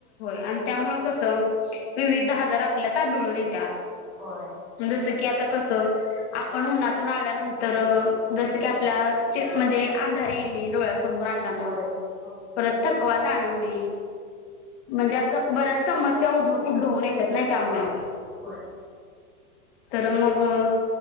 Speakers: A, on the left (about 45°); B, in the centre.
A: आणि त्यामुळं कसं विविध हाजार आपल्यात आडुळून येतात.
B: होय
A: जसं की आता कसं आपण उन्हातून आल्यानंतर अ जस की आपल्या च म्हंजे अंधारी येणे डोळ्यास मोर अचानक
B: होय होय
A: परत थकवा जाणवने म्हंजे असं बऱ्या समस्या उद उद्भवून येतात नाई त्यामुळं.
B: होय
A: तर मग अ